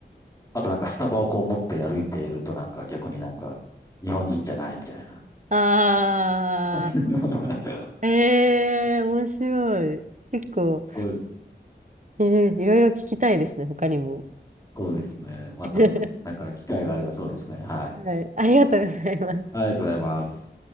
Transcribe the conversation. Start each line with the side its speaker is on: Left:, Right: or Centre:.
Left: あとなんかスタバをこう持って歩いているとなんか逆になんか、日本人じゃないみたいな。
Right: あ
Left: <laughs>
Right: ええー、面白い。結構、
Left: そういう
Right: ええいろいろ聞きたいですね、他にも。
Left: そうですね。また、
Right: <laughs>
Left: なんか機会があればそうですね。はい。
Right: はい、ありがとうございます。
Left: ありがとうございます。